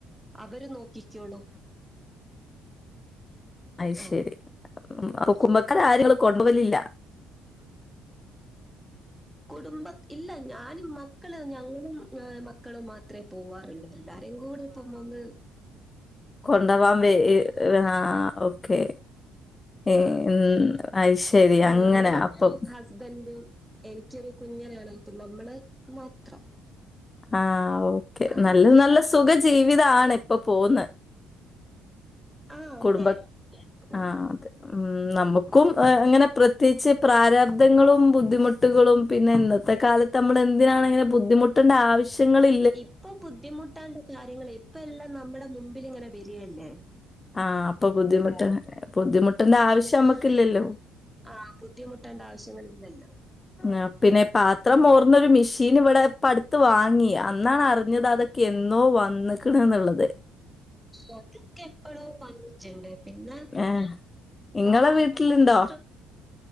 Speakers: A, in the centre; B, on the left.
A: അവര് നോക്കിക്കോളും
B: അയ് ശരി
A: ആഹ്.
B: കുടുംബക്കാരാരെയും നിങ്ങള് കൊണ്ടു പോവലില്ല
A: കുടുംബ ഇല്ല ഞാനും മക്കള് ഞങ്ങളും ഏഹ് മക്കളും മാത്രേ പോവാറുള്ളൂ എല്ലാരേയും കൂടി ഇപ്പം വന്ന്
B: കൊണ്ടോവാൻ വേ ഈ ആഹ് ഓക്കേ ഉം
A: ആ
B: -ഉം അയ് ശരി
A: അപ്പൊ
B: അങ്ങനാ
A: ഞാനും
B: അപ്പം
A: ഹസ്ബൻഡും എനിക്കൊരു കുഞ്ഞനാണ് ഇപ്പ നമ്മള് മാത്രം
B: ആഹ് ഓക്കെ
A: ആ
B: നല്ല
A: അങ്ങനെ
B: നല്ല സുഖജീവിതാണ് ഇപ്പൊ പോന്നെ
A: ആ അതെ
B: കുടുംബ
A: ഉം.
B: ആഹ് അതെ ഉം നമ്മുക്കും ഏഹ് അങ്ങനെ പ്രത്യേകിച്ച് പ്രാരാബ്ദങ്ങളും ബുദ്ധിമു ട്ടുകളും പിന്നെ ഇന്നത്തെ കാലത്ത് നമ്മള് എന്തിനാണ് ഇങ്ങനെ ബുദ്ധിമുട്ടണ്ട ആവശ്യങ്ങളി
A: ഇപ്പൊ ബുദ്ധിമുട്ടാണ്ട് കാര്യങ്ങള് ഇപ്പം എല്ലാം നമ്മുടെ മുമ്പിലിങ്ങനെ വരികല്ലേ
B: ആഹ് അപ്പൊ ബുദ്ധിമുട്ട് ബുദ്ധിമുട്ടിന്റെ ആവശ്യം നമ്മുക്കില്ലല്ലോ
A: ആഹ് ബുദ്ധിമുട്ടേണ്ട ആവശ്യങ്ങൾ ഇല്ലല്ലോ
B: ആഹ് പിന്നെ പാത്രം മൂർന്നൊരു മെഷീൻ ഇവിടെ ഇപ്പടുത്ത് വാങ്ങി അന്നാണ് അറിഞ്ഞത് അത് ക്കെന്നോ വന്ന്ക്ക്ണ്ന്നുള്ളത്
A: ഓരൊ ക്കെ എപ്പൊളോ വന്നിട്ടുണ്ട് പിന്നെ
B: ഏ ഇങ്ങളെ
A: പാത്രം
B: വീട്ടിലുണ്ടോ